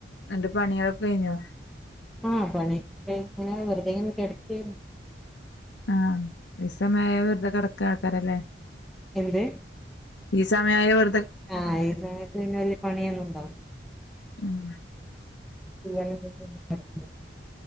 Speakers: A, on the left; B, in the centre.
A: അന്റെ പണികളൊക്കെ കഴിഞ്ഞോ?
B: ആ പണി ഇങ്ങനെ വെറുതെങ്ങനെ കെടക്കയിരുന്നു
A: ആ ഇ സമയ വെറുതെ കെടക്കക്കാരല്ലേ
B: എന്ത്
A: ഈ സമയായ വെ
B: ആ ഈ സമയത്ത് പിന്നെ വല്യ പണിയൊന്നുംണ്ടാവുല.
A: ഉം
B: <unintelligible>